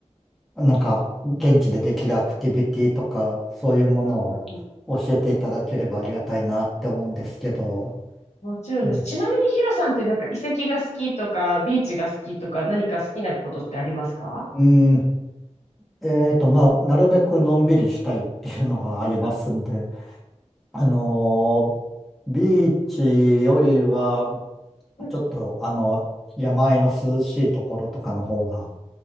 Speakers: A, in the centre; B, on the left.
A: なんか現地でできるアクティビティとか、そういうものを
B: うんうんうん。
A: 教えていただければありがたいなって思うんですけど、
B: もちろんです。
A: ね、
B: ちなみにヒロさんってなんか遺跡が好きとか、ビーチが好きとか、何か好きなことってありますか
A: うーん、えーと、まあ、なるべくのんびりしたいっていうのがありますんで、あのービーチよりは、
B: うん、
A: ちょっと、あの、山あいの涼しいところとかの方が